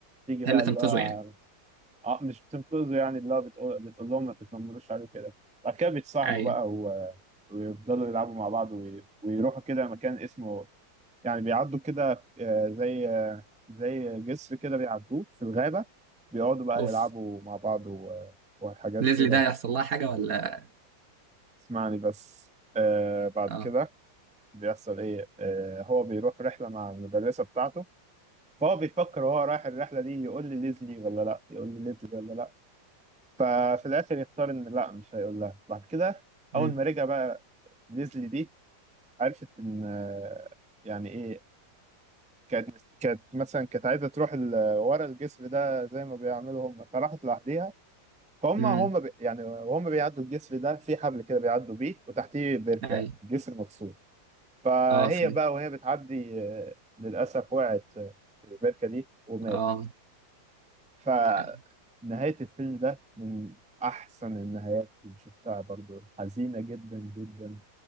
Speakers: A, in the centre; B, on the right.
A: تيجي بقى
B: هي اللي
A: اللي
B: تنقذه
A: هو
B: يعني
A: آه، مش بتنقذه يعني اللي هو بتقول, بتقول لهم ما تتنمروش عليه كده بعد كده بيتصاحبوا
B: أيوه
A: بقى و... ويفضلوا يلعبوا مع بعض وي- ويروحوا كده مكان اسمه يعني بيعدوا كده آه، زي آه، زي جسر كده بيعدوه في الغابة بيقعدوا بقى
B: أوف
A: يلعبوا مع بعض و- وحاجات
B: ليزلي
A: كده
B: ده هيحصل لها حاجة ولا
A: اسمعني بس آه بعد
B: أه
A: كده بيحصل ايه آه هو بيروح رحلة مع المدرسة بتاعته فهو بيفكر وهو رايح الرحلة دي يقول لي ليزلي ولا لا يقول لي ليزلي ولا لا ففي الآخر يختار إن لا مش هيقول لها بعد كده أول
B: امم
A: ما رجع بقى ليزلي دي عرفت إن آه، يعني إيه كانت كانت مثلا كانت عايزه تروح ال- ورا الجسر ده زي ما بيعملوا هم فراحت لوحديها فهم
B: امم
A: هم بي يعني وهم بيعدوا الجسر ده في حبل كده بيعدوا بيه وتحتيه بركه
B: أيوه
A: جسر مكسور فهي
B: أه فهمت
A: بقى وهي بتعدي آه، للأسف وقعت آه، في البركة دي وماتت
B: أه
A: فنهاية
B: أيوة.
A: الفيلم ده من أحسن النهايات اللي شفتها برضو حزينة جدا جدا